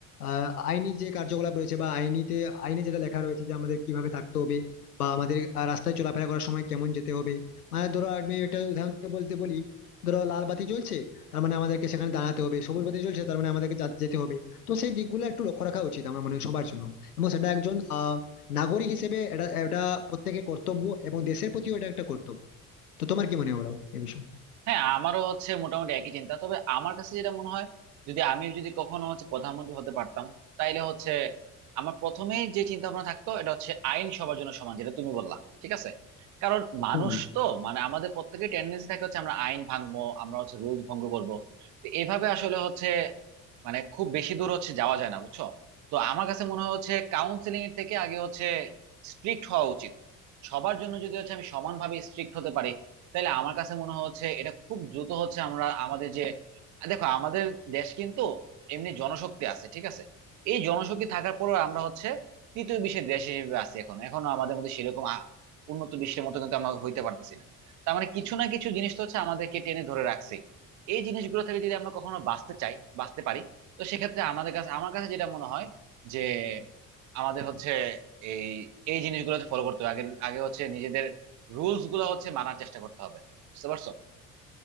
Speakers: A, on the left; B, on the right.
A: আহ আইনি যে কার্যকলাপ রয়েছে বা আইনিতে আইনে যেটা লেখা রয়েছে যে আমাদের কিভাবে থাকতে হবে বা আমাদের আহ, রাস্তায় চলাফেরা করার সময় কেমন যেতে হবে মানে ধরো আমি এটা উদাহরণ দিয়ে বলতে বলি ধরো লাল বাতি চলছে তার মানে আমাদেরকে সেখানে দাঁড়াতে হবে সবুজ বাতি চলছে তার মানে আমাদেরকে যা- যেতে হবে তো সেই দিকগুলো একটু লক্ষ্য রাখা উচিত আমার মনে হয় সবার জন্য এবং সেটা একজন আহ নাগরিক হিসেবে এটা এটা প্রত্যেকের কর্তব্য এবং দেশের প্রতিও এটা একটা কর্তব্য তো তোমার কি মনে হয় বলো এই বিষয়ে
B: হ্যাঁ আমারও হচ্ছে মোটামুটি একই চিন্তা তবে আমার কাছে যেটা মনে হয় যদি আমি যদি কখনো হচ্ছে প্রধানমন্ত্রী হতে পারতাম তাইলে হচ্ছে আমার প্রথমেই যে চিন্তা ভাবনা থাকতো এটা হচ্ছে আইন সবার জন্য সমান যেটা তুমি বললা ঠিক আছে কারণ মানুষ
A: হুম।
B: তো মানে আমাদের প্রত্যেকের টেন্ডেন্সি থাকে হচ্ছে আমরা আইন ভাঙবো আমরা হচ্ছে রুল ভঙ্গ করব তো এভাবে আসলে হচ্ছে মানে খুব বেশি দূর হচ্ছে যাওয়া যায় না বুঝছো তো আমার কাছে মনে হয় হচ্ছে কাউন্সিলিং এর থেকে আগে হচ্ছে স্ট্রিক্ট হওয়া উচিত সবার জন্য যদি হচ্ছে আমি সমানভাবে স্ট্রিক্ট হতে পারি তাহলে আমার কাছে মনে হচ্ছে এটা খুব দ্রুত হচ্ছে আমরা আমাদের যে দেখো আমাদের দেশ কিন্তু এমনি জনশক্তি আছে ঠিক আছে এই জনশক্তি থাকার পরেও আমরা হচ্ছে তৃতীয় বিশ্বের দেশ হিসেবে আছি এখন এখনো আমাদের মধ্যে সেরকম আ- উন্নত বিশ্বের মতো কিন্তু আমরা হইতে পারতেছি না তার মানে কিছু না কিছু জিনিস তো হচ্ছে আমাদেরকে টেনে ধরে রাখছে এই জিনিসগুলো থেকে যদি আমরা কখনো বাঁচতে চাই বাঁচতে পারি তো সেক্ষেত্রে আমাদের কাছে আমার কাছে যেটা মনে হয় যে আমাদের হচ্ছে এই এই জিনিসগুলো ফলো করতে হবে আগে আগে হচ্ছে রুলস গুলো হচ্ছে মানার চেষ্টা করতে হবে বুঝতে পারছো